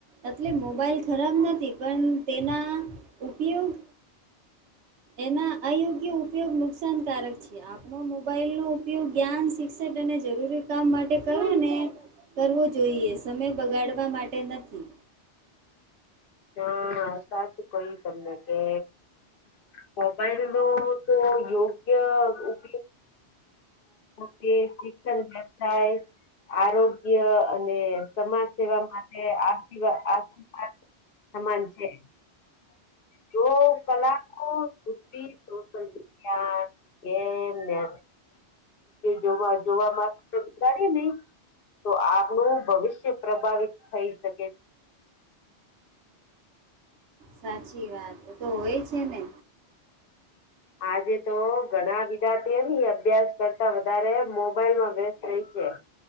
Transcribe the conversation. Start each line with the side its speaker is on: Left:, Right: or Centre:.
Right: એટલે મોબાાઈલ ખરાબ નથી પણ તેના ઉપયોગ એના અયોગ્ય ઉપયોગ નુકસાનકારક છે. આપણ મોબાઈલનો ઉપયોગ જ્ઞાન શિક્ષક અને જરૂરી કામ માટે કરો ને કરવું જોઈએ સમય બગાડવા માટે નથી.
Left: ના સાચું કય્યું તમને કે મોબાઈલ નો તો યોગ્ય ઉપયોગ શિક્ષણ વ થાય આરોગ્ય અને સમાજ સેવા માટે આશીર્વાદ આશીર્વાદ સમાન છે. જો કલા કો ખી શોષન હા એમને જોવા જોવાગડીએ નહી. તો આપનું ભવિષ્ય પ્રભાવિત થઈ શકે.
Right: સાચી વાત તો હોય છે ને
Left: આજે તો ઘણા વિદાર્થીઓ અભ્યાસ કરતા વધારે મોબાઈલમાં વ્યસ્ત રહી છે.